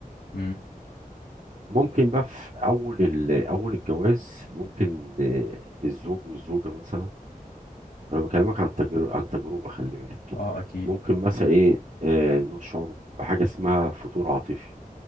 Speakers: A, on the left (about 80°); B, on the right (about 45°).
A: امم
B: ممكن بقى في اول ال... اول الجواز ممكن آه، الزوج والزوجه مثلا انا بكلمك عن تجربه عن تجربه خلي بالك
A: اه اكيد
B: ممكن مثلا ايه آه، نشعر بحاجه اسمها فتور عاطفي